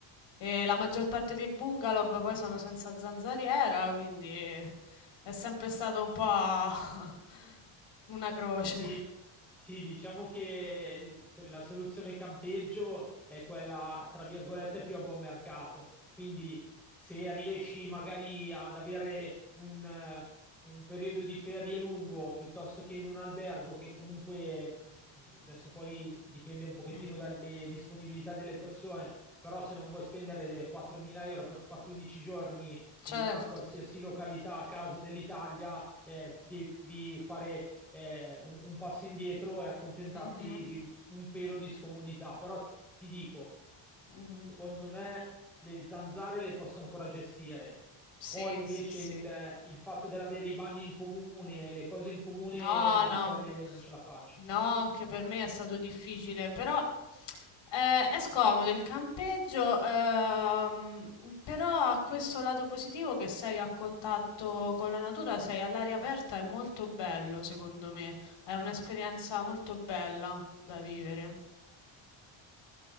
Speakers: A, on the left; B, in the centre.
A: e la maggior parte dei bungalow poi sono senza zanzariera, quindi è sempre stato un po' <laughs> una croce.
B: Sì, sì, diciamo che il- que- la soluzione campeggio è quella, tra virgolette, più a buon mercato. Quindi se riesci magari ad avere un, eh, un periodo di ferie lungo piuttosto che in un albergo che comunque adesso poi dipende un pochettino
A: Mhm.
B: dalle disponibilità delle persone, però se non vuoi spendere 4.000 euro per far 15 giorni in
A: Certo.
B: una qualsiasi località a caso dell'Italia, eh, devi fare eh, un, un passo indietro e accontentarti
A: Mhm.
B: di un pelo di scomodità. Però ti, ti dico,
A: Mhm.
B: secondo me le zanzare le posso ancora gestire.
A: Sì,
B: Poi invece
A: sì, sì.
B: il, il fatto dell'avere i bagni in comune, le cose in comune,
A: No,
B: no,
A: no,
B: quelle non ce la faccio.
A: no, anche per me è stato difficile, però eh, è scomodo il campeggio, ehm, però ha questo lato positivo che sei a contatto con la natura, sei all'aria aperta, è molto bello, secondo me, è un'esperienza molto bella da vivere.